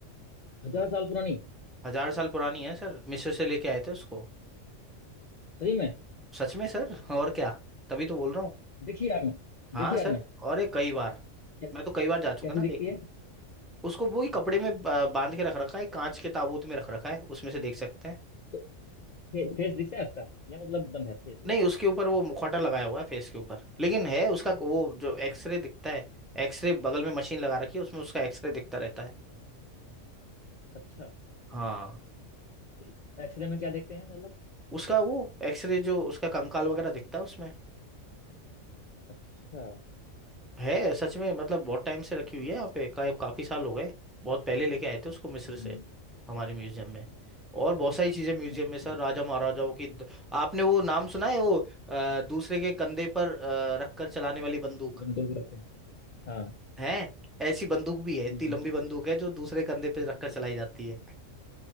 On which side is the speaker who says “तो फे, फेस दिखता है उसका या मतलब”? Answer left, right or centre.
Left